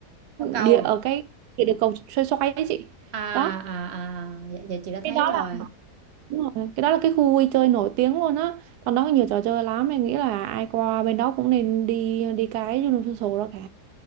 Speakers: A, on the right; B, on the right.
A: Qua cầu.
B: địa ở cái địa địa cầu xoay xoay ấy chị
A: à
B: đó
A: à à dạ, dạ chị đã thấy
B: cái đó
A: rồi
B: là đúng rồi cái đó là cái khu vui chơi nổi tiếng luôn á còn đó có nhiều trò chơi lắm em nghĩ là ai qua bên đó cũng nên đi đi cái Universal đó cả